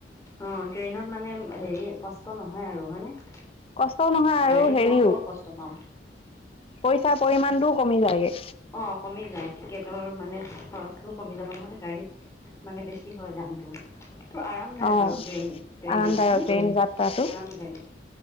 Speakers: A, on the left (about 20°); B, on the left (about 35°).
A: অ' ট্ৰেইনত মানে হেৰি কষ্ট নহয় আৰু হয়নে
B: কষ্টও নহয় আৰু
A: গাড়ীত
B: হেৰিও
A: মই বৰ কষ্ট পাওঁ।
B: পইচাৰ পৰিমমানটোও কমি যায়গে
A: অ' কমি যায় টিকেটৰ মানে খৰচটোও কমি যাব নহয় গাড়ীত মানে বেছি হয় দামটো আৰামদায়ক
B: অ আৰামদায়ক
A: আৰু ট্ৰেইন ট্ৰেইনত হয়নে?
B: ট্ৰেইন যাত্ৰাটো
A: আৰামদায়ক।